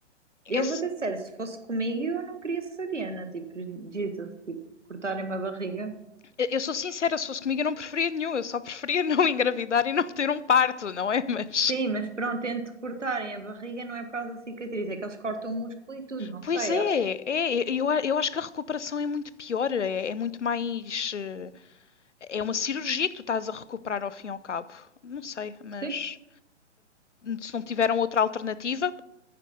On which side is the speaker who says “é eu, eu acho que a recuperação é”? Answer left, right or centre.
Left